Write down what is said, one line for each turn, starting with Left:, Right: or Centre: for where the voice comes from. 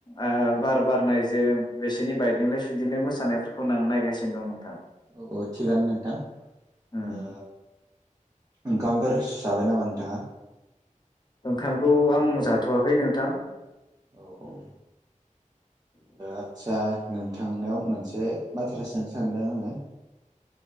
Left: ओ
Right: औ
Left: बार बारनाय जे बिसोरनि बायदेमलाय सुदेमलाय मोसानायफोरखौ आं नायगासिनो दं नोंथां
Right: औ-औ थिगानो नोंथां।
Left: उम
Right: ओ। ओंखामफोरस जाबाय नामा नोंथांङा?
Left: ओंखामखौ आं जाथवाखै नोंथां।
Right: औ-औ ओ आतसा नों थांनायाव मोनसे बाथ्रा सोंनो सानदों आंङो